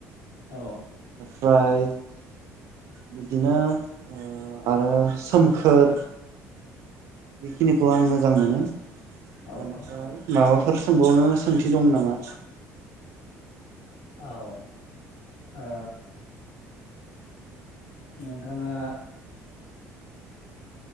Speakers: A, on the left (about 80°); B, on the right (about 55°).
A: औ
B: ओमफ्राय बिदिनो ओ आरो सोमखोर। बेखिनि खौ आं मोजां मोनो।
A: औ
B: बेनिफ्राय
A: औ
B: माबाफोर सोंबावनो सोंथि दं नामा?
A: औ ओ नोंथाङा